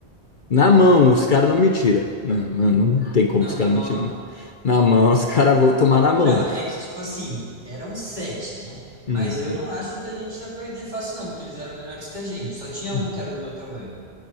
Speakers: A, on the left (about 50°); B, on the right (about 40°).
A: na mão, os caras não me tiram. Não, mano, não tem como
B: Não,
A: os caras
B: na mão
A: me tirar.
B: não.
A: Na mão, os caras vão tomar na mão,
B: Não,
A: mano.
B: é que tipo assim, eram sete, né? Mas
A: Uhum.
B: eu não acho que a gente ia perder fácil, não, porque eles eram menores que a gente. Só tinha
A: Uhum.
B: um que era do meu tamanho.